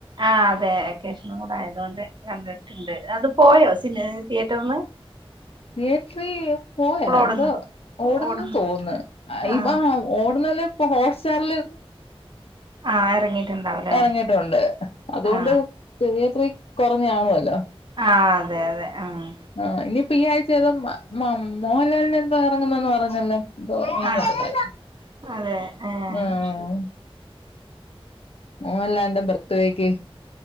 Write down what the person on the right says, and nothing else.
ആ് അതെ വെകേഷനും കൂടെ ആയതോണ്ട് കണ്ടിട്ടുണ്ട് അത് പോയോ സിനി തിയേറ്ററ്ന്ന്
ഓടുന്നോ
ഓടുന്നു
ആ
ആ ഇറങ്ങിയിട്ടുണ്ടാവുംല്ലേ
ആ
ആഹ് അതെയതെ ആഹ്
ആ അതെ ഏ
ശരി